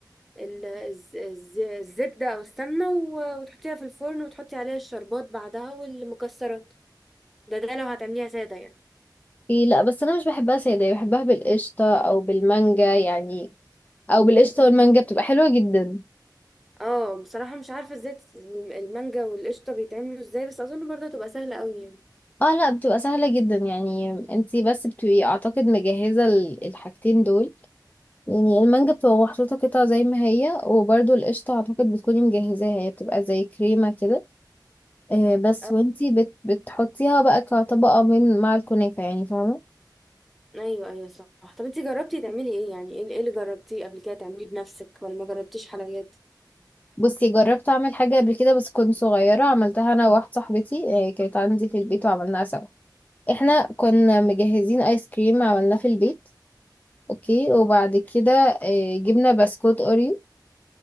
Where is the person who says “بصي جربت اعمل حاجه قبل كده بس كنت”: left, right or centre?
Left